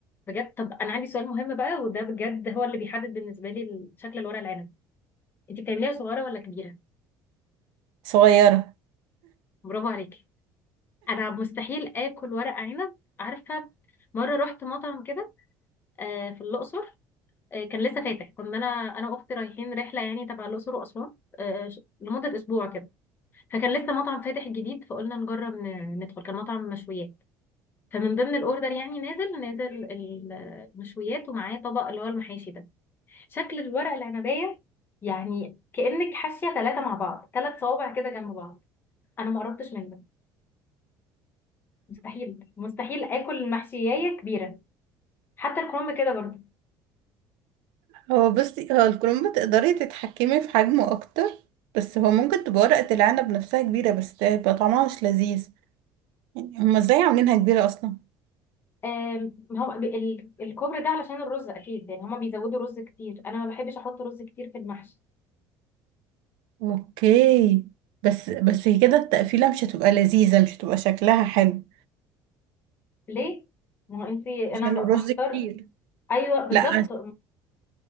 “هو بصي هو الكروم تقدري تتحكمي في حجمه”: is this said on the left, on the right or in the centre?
Right